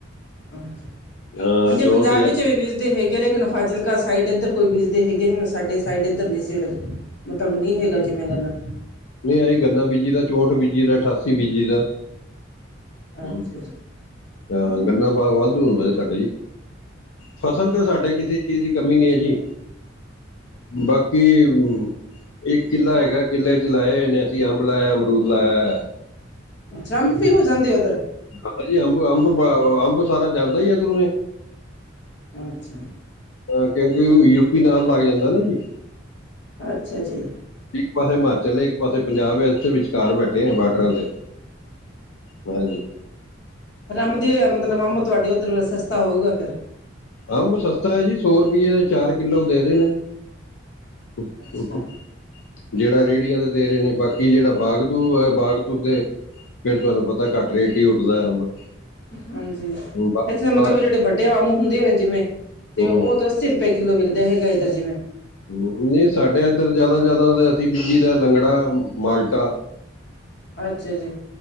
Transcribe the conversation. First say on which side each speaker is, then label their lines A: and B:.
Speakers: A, on the left; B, on the left.
A: ਹਾਂਜੀੇ,
B: ਹਾਂ ਚੌਂਠ
A: ਪੰਜਾਬ ਵਿੱਚ
B: ਆ
A: ਵੀ ਬੀਜਦੇ ਹੈਗੇ ਆ। ਲੇਕਿਨ, ਫਾਜ਼ਿਲਕਾ ਸਾਈਡ, ਇੱਧਰ ਕੋਈ ਬੀਜਦੇ ਹੈਗੇ ਆ। ਜਿਨਂ ਸਾਡੇ ਸਾਈਡ ਇੱਧਰ ਨਹੀਂ ਸੀੇੜਦੇ। ਮਤਲਬ ਨਹੀਂ, ਹੈਗਾ ਜਿਵੇਂ ਕਰਨਾ।
B: ਨਹੀਂ ਅਸੀਂ, ਗੰਨਾ ਬੀਜੀ ਦਾ, ਚੌਂਹਠ ਬੀਜੀ ਦਾ, ਅਠਾਸੀ ਬੀਜੀ ਦਾ, ਹੂੰ।
A: ਅੱਛਾ ਜੀ
B: ਹਾਂ, ਗੰਨਾ ਪਾ ਵਾਧੂ ਹੁੰਦਾ ਸੀ ਸਾਡੇ ਜੀ। ਫਸਲ ਤੇ ਸਾਡੇ ਕਿਸੇ ਚੀਜ਼ ਦੀ ਕਮੀ, ਨਹੀਂ ਹੈ ਜੀ, ਬਾਕੀ। ਇੱਕ ਕਿੱਲਾ ਹੈਗਾ। ਕਿੱਲੇ ਚ ਲਾਏ ਹੋਏ ਨੇ ਅਸੀਂ। ਅੰਬ ਲਾਇਆ, ਅਮਰੂਦ ਲਾਇਆ।
A: ਅੱਛਾ ਅੰਬ ਵੀ, ਹੋ ਜਾਂਦੇ ਉੱਧਰ।
B: ਹ ਜੀ ਅੰਬ, ਅੰਬ- ਅੰਬ ਸਾਰਾ ਜਾਂਦਾ ਹੀ ਇਧਰੋਂ ਇਹ।
A: ਅੱਛਾ।
B: ਹਾਂ, ਕਿਉਂਕਿ ਯੂਪੀ ਨਾਲ, ਲੱਗ ਜਾਂਦਾ ਨਾ ਜੀ।
A: ਅੱਛਾ ਜੀ।
B: ਇੱਕ ਪਾਸੇ ਹਿਮਾਚਲ ਹੈ, ਇੱਕ ਪਾਸੇ ਪੰਜਾਬ ਹੈ, ਇਥੇ ਵਿਚਕਾਰ ਬੈਠੇ ਆ, ਬਾਰਡਰਾਂ ਤੇ। ਹਾਂ <unintelligible>
A: ਆਮ ਦੀ ਮਤਲਬ, ਆਮ ਤੁਵਾਡੇ ਉਧਰ ਵੇ ਸਸਤਾ ਹੋਊਗਾ ਫੇਰ।
B: ਅੰਬ ਸਸਤਾ ਹੈ ਜੀ, ਸੌ ਰੁਪਈਏ ਦੇ ਚਾਰ ਕਿੱਲੋ ਦੇ ਰਹੇ ਨੇ।??? <inaudible>
A: ਅੱਛਾ
B: ਜਿਹੜਾ ਰੇਹੜੀਆਂ ਤੇ, ਦੇ ਰਹੇ ਨੇ। ਬਾਕੀ ਜਿਹੜਾ ਬਾਗਤੂ ਹੈ, ਬਾਗਤੂ ਤੇ ਫੇਰ ਤੁਹਾਨੂੰ ਪਤਾ, ਘੱਟ ਰੇਟ ਹੀ ਉੱਠਦਾ ਅੰਬ।
A: ਹਾਂਜੀ,
B: ਬਾਕੀ
A: ਇੱਥੇ ਦੇ
B: ਬਾਗ
A: ਮਤਲਬ ਜਿਹੜੇ ਵੱਡੇ ਵਾਮੂ ਹੁੰਦੇ ਨੇ। ਜਿਵੇਂ ਤੇ
B: ਹੂੰ
A: ਉਹ ਤਾਂ ਸਿਰ ਰੁਪਏ ਕਿੱਲੋ ਵਿਕਦੇ, ਹੈਗਾ ਇਦਰ ਜਿਵੇਂ।
B: ਨਹੀਂ ਸਾਡੇ ਇੱਧਰ ਜਿਆਦਾ, ਜ਼ਿਆਦਾ ਅਸੀਂ ਵੇਚੀ ਦਾ ਲੰਗੜਾ, ਮਾਲਟਾ।
A: ਅੱਛਾ ਜੀ।